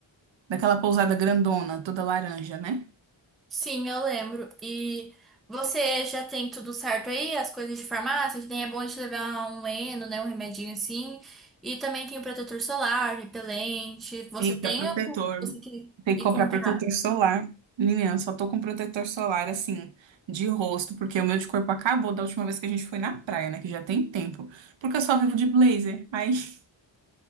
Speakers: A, on the right (about 75°); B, in the centre.
A: daquela pousada grandona, toda laranja, né?
B: Sim, eu lembro. E você já tem tudo certo aí? As coisas de farmácia? Que nem é bom a gente levar um Eno, né? Um remedinho assim. E também tem o protetor solar, repelente. Você
A: Eita,
B: tem
A: protetor.
B: ou você tem que
A: Tem que
B: ir
A: comprar
B: comprar?
A: protetor solar. Menina, eu só tô com protetor solar, assim, de rosto, porque o meu de corpo acabou da última vez que a gente foi na praia, né? Que já tem tempo. Porque eu só vivo de blazer. Aí, <laughs>